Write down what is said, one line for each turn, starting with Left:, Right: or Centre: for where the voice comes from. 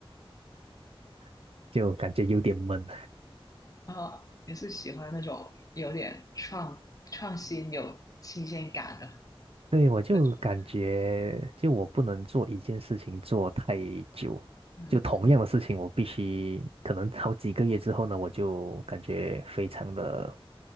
Right: <laughs> 就感觉有点闷。
Left: 啊，后也是喜欢那种有点创创新、有新鲜感的
Right: 对，我就感觉，
Left: 那种人。
Right: 就我不能做一件事情做太久，
Left: 嗯，
Right: 就同样的事情，我必须可能好几个月之后呢，我就感觉非常的，